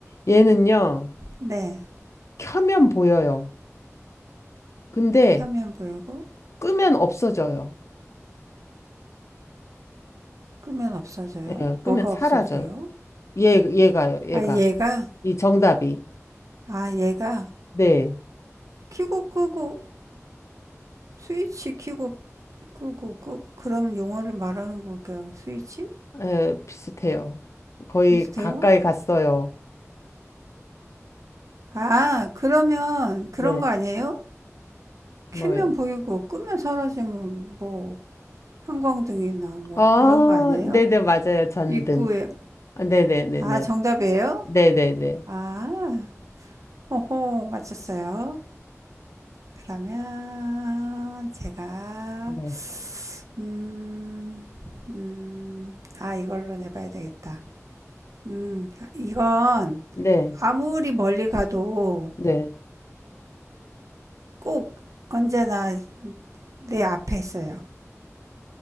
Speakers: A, on the left; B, on the right.
A: 얘는요,
B: 네.
A: 켜면 보여요. 근데
B: 켜면 보이고,
A: 끄면 없어져요.
B: 끄면 없어져요.
A: 예, 끄면
B: 뭐가
A: 사라져요.
B: 없어져요?
A: 얘, 얘가요, 얘가.
B: 아, 얘가,
A: 이 정답이.
B: 아, 얘가,
A: 네,
B: 켜고 끄고, 스위치 켜고 끄고, 끄, 그럼 용어를 말하는 걸까요? 스위치?
A: 에, 비슷해요. 거의
B: 비슷해요?
A: 가까이 갔어요.
B: 아, 그러면 그런
A: 네,
B: 거 아니에요?
A: 뭐요?
B: 켜면 보이고, 끄면 사라지면 뭐, 형광등이나 뭐
A: 아,
B: 그런 거 아니에요?
A: 네네, 맞아요. 전등.
B: 입구에,
A: 아, 네네네네.
B: 아, 정답이에요?
A: 네네네.
B: 아, 호호, 맞췄어요. 그러면 제가
A: 네,
B: 음, 음, 아 이걸로 내봐야 되겠다. 음, 이건
A: 네,
B: 아무리 멀리 가도
A: 네.
B: 꼭 언제나 내 앞에 있어요.